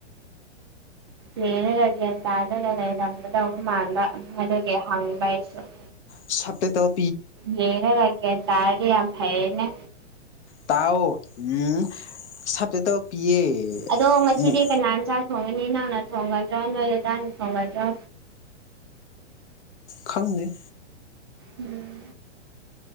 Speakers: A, on the right; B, on the left.
A: ꯂꯩꯔꯒ ꯒ꯭ꯌꯥꯟ ꯇꯥꯗꯅ ꯂꯩꯔꯝꯕꯗꯧ ꯃꯥꯟꯕ ꯑꯗꯨꯒꯤ ꯍꯪꯕ ꯑꯩꯁꯨ
B: ꯁꯞꯄꯦꯇꯣ
A: ꯌꯦꯅ ꯂꯒꯦ ꯒꯌꯥꯟ ꯇꯥꯔꯥꯗꯤ ꯌꯥꯝ ꯐꯩꯌꯦꯅꯦ
B: ꯇꯥꯎ ꯎꯝ ꯁꯠꯇꯇꯣ ꯄꯤꯌꯦ
A: ꯑꯗꯣ ꯉꯁꯤꯗꯤ
B: ꯑꯃꯨꯛ
A: ꯀꯅꯥꯅ ꯆꯥꯛ ꯊꯣꯡꯒꯅꯤ ꯅꯪꯅ ꯊꯣꯡꯒꯗ꯭ꯔꯥ ꯅꯣꯏ ꯗꯗꯥꯅ ꯊꯣꯡꯒꯗ꯭ꯔꯥ
B: ꯈꯪꯗꯦ
A: ꯎꯝ